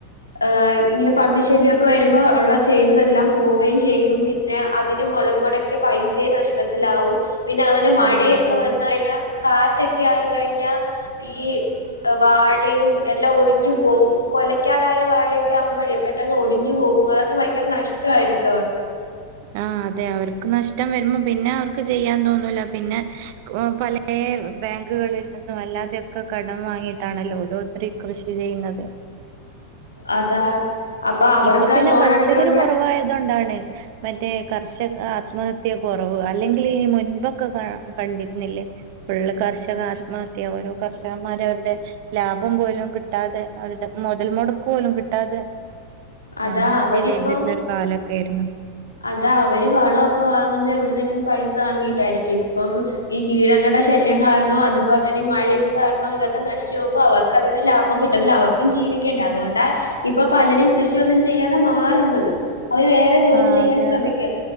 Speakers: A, on the left; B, on the right.
A: ഏഹ് ഇങ്ങനെ പന്നിശല്യൊക്കെ വരുമ്പോ ഉള്ള ചെയ്തതെല്ലാം പോവുകയും ചെയ്യും പിന്നെ അതിന് മുതൽ മുട ക്കിയ പൈസയും നഷ്ടത്തിലാവും പിന്നെ അതുപോലെ മഴയൊക്കെ
B: ആ അതെ
A: വന്ന്
B: അതെ
A: കഴിഞ്ഞാൽ കാറ്റൊക്കെ ആയിക്കഴിഞ്ഞ ഈ വാഴയും എല്ലാം ഒടിഞ്ഞു പോവും കൊലക്കാറായ വാഴ ക്കാഉമ്പഴ പെട്ടെന്ന് ഒടിഞ്ഞു പോകും അതൊക്കെ ഭയങ്കര നഷ്ടയിരിക്കും അവർക്ക്
B: ആഹ് അതെ അവർക്ക് നഷ്ടം വരുമ്പോ പിന്നെ അവർക്ക് ചെയ്യാൻ തോന്നൂല പിന്നെ ക് ഓഹ് പലേ ബാങ്കുകളിൽ നിന്നും അല്ലാതെയൊക്കെ കടം വാങ്ങിയിട്ടാണല്ലോ ഓരോരുത്ത കൃഷി ചെയ്യുന്നത്
A: അതാ അപ്പൊ അവർക്ക്
B: ഇപ്പൊ പിന്നെ
A: ആ ലോൺ
B: കർഷകര്
A: അടക്കണോങ്കി
B: കുറവായത്കൊണ്ടാണ് മറ്റേ കർഷക ആത്മഹത്യ കുറവ് അല്ലെങ്കിൽ ഈ മുൻപൊക്കെ കണ്ടിരുന്നില്ലേ ഫുള്ള് കർഷക ആത്മഹത്യ ഓരോ കർഷകന്മാര അവരുടെ ലാഭം പോലും കിട്ടാതെ അവരുടെ മുതൽ മുടക്ക് പോലും കിട്ടാതെ-
A: അതാ
B: ആത്മഹത്യ
A: അവരിപ്പം
B: ചെയ്തിരുന്ന ഒരു കാലൊക്കെ ആരുന്നു
A: അതാ അവര് വളോക്കെ വാങ്ങുന്ന എവിടുന്നെങ്കിലും പൈസ വാങ്ങിട്ടായിരിക്കും ഇപ്പം ഈ കീഴങ്ങളേ ശല്യം കാരണോ അതുപോലെ തന്നെ ഈ മഴയൊക്കെ കാരണോ ഇതൊക്കെ നശിച്ച് പോകുമ്പോ അവർ ക്കതിന് ലാഭം കിട്ടത്തില്ല അവർക്കും ജീവിക്കേണ്ടേ അതോണ്ടാ ഇപ്പൊ പലരും കൃഷിയൊന്നും ചെയ്യാതെ മാറുന്നത് അവര് വേറെ ജോലി
B: ആഹ്
A: ചെയ്യാൻ
B: അതെ
A: ശ്രമിക്ക
B: അതെ